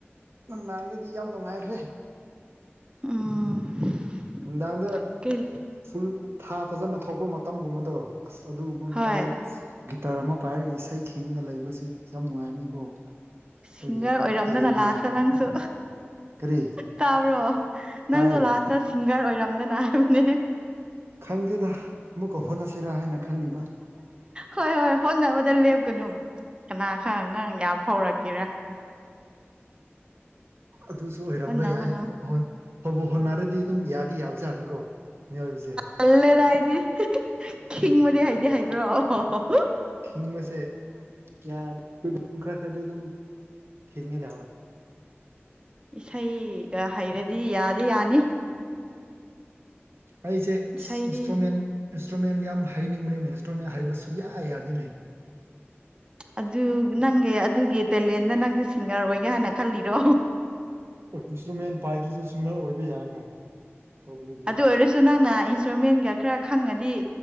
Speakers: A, on the right (about 65°); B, on the right (about 20°).
A: ꯅꯨꯡꯗꯥꯡꯗꯗꯤ ꯌꯥꯝ ꯅꯨꯡꯉꯥꯏꯈ꯭ꯔꯦ
B: ꯎꯝ
A: ꯅꯨꯡꯗꯥꯡꯗ
B: ꯀꯔꯤ
A: ꯐꯨꯜ ꯊꯥ ꯐꯖꯅ ꯊꯣꯛꯄ ꯃꯇꯝꯒꯨꯝꯕꯗꯣ ꯑꯁ ꯑꯗꯨꯒꯨꯝꯕ ꯃꯇꯝꯗ
B: ꯍꯣꯏ
A: ꯑꯁ ꯒꯤꯇꯥꯔ ꯑꯃ ꯄꯥꯏꯔꯒ ꯏꯁꯩ ꯈꯤꯡꯒ ꯂꯩꯕꯁꯤ ꯁꯤ ꯌꯥꯝ ꯅꯨꯡꯉꯥꯏꯕꯅꯤꯀꯣ ꯑꯩꯈꯣꯏꯒꯤ
B: ꯁꯤꯡꯒꯔ ꯑꯣꯏꯔꯝꯗꯅ
A: ꯇꯤꯔꯦꯠꯇꯗꯤ
B: ꯂꯥꯁꯇ ꯅꯪꯁꯨ
A: ꯀꯔꯤ
B: ꯇꯥꯕ꯭ꯔꯣ
A: ꯇꯥꯏ
B: ꯅꯪꯁꯨ ꯂꯥꯁꯇ ꯁꯤꯡꯒꯔ ꯑꯣꯏꯔꯝꯗꯅ ꯍꯥꯏꯕꯅꯦ
A: ꯈꯪꯗꯦꯗ ꯑꯃꯨꯛꯀ ꯍꯣꯠꯅꯁꯤꯔꯥ ꯍꯥꯏꯅ ꯈꯜꯂꯤꯕ
B: ꯍꯣꯏ ꯍꯣꯏ ꯍꯣꯠꯅꯕꯗ ꯂꯦꯞꯀꯅꯨ ꯀꯅꯥ ꯈꯛ ꯅꯪ ꯌꯥꯝ ꯐꯥꯎꯔꯛꯀꯦꯔꯥ
A: ꯑꯗꯨꯁꯨ ꯑꯣꯏꯔꯝꯕ
B: ꯍꯣꯠꯅꯧ
A: ꯌꯥꯏ
B: ꯍꯣꯠꯅꯧ
A: ꯍꯣ ꯍꯣ ꯍꯣꯠꯕꯨ ꯍꯣꯠꯅꯔꯗꯤ ꯑꯗꯨꯝ ꯌꯥ ꯌꯥꯕꯖꯥꯅꯤꯀꯣ ꯃꯤꯑꯣꯏꯕꯁꯦ
B: ꯇꯜꯂꯦꯗ ꯑꯩꯗꯤ ꯈꯤꯡꯕꯗꯤ ꯍꯩꯗꯤ ꯍꯥꯏꯕ꯭ꯔꯣ ꯑꯣ
A: ꯊꯤꯡꯕꯁꯦ ꯀꯌꯥ ꯈꯔ ꯈꯔꯗꯤ ꯑꯗꯨꯝ ꯊꯤꯡꯉꯦꯗ ꯍꯣꯏ
B: ꯏꯁꯩꯒ ꯍꯩꯔꯗꯤ ꯌꯥꯗꯤ ꯌꯥꯅꯤ
A: ꯑꯩꯁꯦ
B: ꯏꯁꯩꯗꯤ
A: ꯏꯟꯁꯇ꯭ꯔꯨꯃꯦꯟ ꯏꯟꯁꯇ꯭ꯔꯨꯃꯦꯟ ꯌꯥꯝ ꯍꯩꯅꯤꯡꯕꯅꯤꯅꯦ ꯏꯟꯁꯇ꯭ꯔꯨꯃꯦꯟ ꯍꯩꯕ ꯁꯨꯡꯌꯥ ꯌꯥꯗꯦꯅꯦ
B: ꯑꯗꯨ ꯅꯪꯒꯤ ꯑꯗꯨꯒꯤ ꯇꯦꯂꯦꯟꯗ ꯅꯪꯁꯦ ꯁꯤꯡꯒꯔ ꯑꯣꯏꯒꯦ ꯍꯥꯏꯅ ꯈꯜꯂꯤꯔꯣ
A: ꯑꯣꯏ ꯏꯟꯁꯇ꯭ꯔꯨꯃꯦꯟ ꯄꯥꯏꯗ꯭ꯔꯁꯨ ꯁꯤꯡꯒꯔ ꯑꯣꯏꯕ ꯌꯥꯏꯅ ꯇꯧꯕꯗꯨꯗꯤ
B: ꯑꯗꯨ ꯑꯣꯏꯔꯁꯨ ꯅꯪꯅ ꯏꯟꯁꯇ꯭ꯔꯨꯃꯦꯟꯒ ꯈꯔ ꯈꯪꯉꯗꯤ